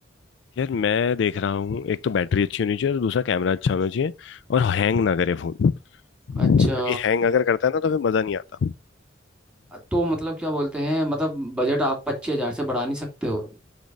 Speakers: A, on the left (about 70°); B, in the centre.
A: यार मैं देख रहा हूँ एक तो बैटरी अच्छी होनी चाहिए और दूसरा कैमरा अच्छा होना चाहिए और हैंग ना करे फोन
B: अच्छा
A: क्योंकि हैंग अगर करता है ना तो फिर मजा नहीं आता
B: तो मतलब क्या बोलते हैं मतलब बजट आप पच्चीस हजार से बढ़ा नहीं सकते हो